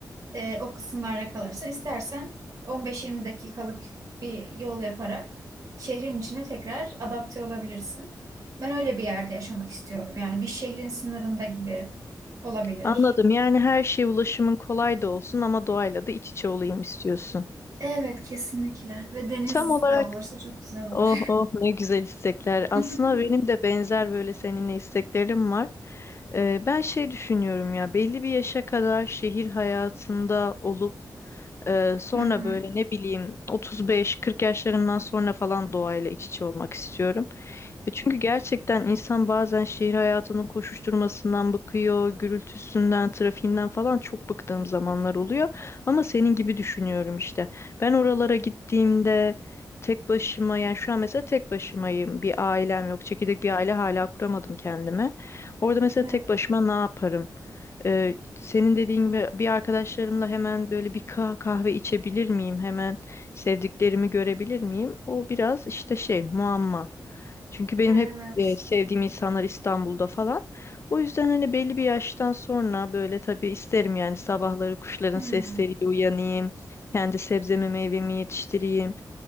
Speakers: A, on the right (about 50°); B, on the left (about 40°).
A: e, o kısımlarda kalırsa istersen 15-20 dakikalık bir yol yaparak şehrin içine tekrar adapte olabilirsin. Ben öyle bir yerde yaşamak istiyorum. Yani bir şehrin sınırında gibi olabilir.
B: Anladım. Yani her şey ulaşımın kolay da olsun ama doğayla da iç içe olayım istiyorsun.
A: Evet kesinlikle ve deniz
B: Tam olarak
A: de olursa çok güzel olur.
B: Oh oh ne güzel istekler. Aslında
A: <laughs>
B: benim de benzer böyle seninle isteklerim var. Ee, ben şey düşünüyorum ya belli bir yaşa kadar şehir hayatında olup ee, sonra
A: Hı hı.
B: böyle ne bileyim 35-40 yaşlarımdan sonra falan doğayla iç içe olmak istiyorum. Ya çünkü gerçekten insan bazen şehir hayatının koşuşturmasından bıkıyor, gürültüsünden, trafiğinden falan çok bıktığım zamanlar oluyor. Ama senin gibi düşünüyorum işte. Ben oralara gittiğimde tek başıma yani şu an mesela tek başımayım. Bir ailem yok. Çekirdek bir aile hala kuramadım kendime. Orada mesela
A: Evet.
B: tek başıma ne yaparım? Ee, senin dediğin gibi bir arkadaşlarımla hemen böyle bir kah- kahve içebilir miyim? Hemen sevdiklerimi görebilir miyim? O biraz işte şey muamma. Çünkü benim
A: Evet.
B: hep e, sevdiğim insanlar İstanbul'da falan. O yüzden hani belli bir yaştan sonra böyle tabii isterim yani sabahları kuşların
A: Hmm.
B: sesleriyle uyanayım. Kendi sebzemi meyvemi yetiştireyim.